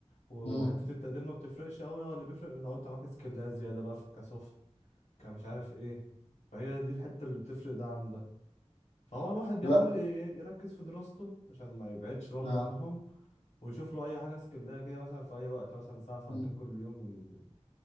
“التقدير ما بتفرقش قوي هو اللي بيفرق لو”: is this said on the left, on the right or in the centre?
Left